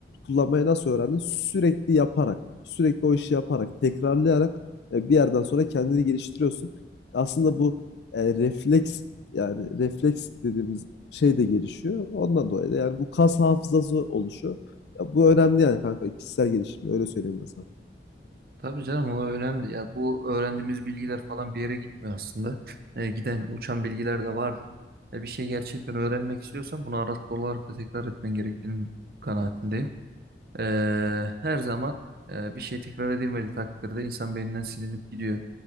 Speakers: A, on the left; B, on the right.
A: kullanmayı nasıl öğrendin? Sürekli yaparak, sürekli o işi yaparak, tekrarlayarak e, bir yerden sonra kendini geliştiriyorsun. Aslında bu e, refleks yani refleks dediğimiz şey de gelişiyor. Ondan dolayı da yani bu kas hafızası oluşuyor. Ya bu önemli yani kanka kişisel gelişim öyle söyleyeyim ben sana.
B: Tabii canım o önemli. Ya bu öğrendiğimiz bilgiler falan bir yere gitmiyor aslında. E, giden uçan bilgiler de vardı. E, bir şey gerçekten öğrenmek istiyorsan bunu aralıklı olarak da tekrar etmen gerektiğini kanaatindeyim. E, her zaman e, bir şey tekrar edilmediği takdirde insan beyninden silinip gidiyor.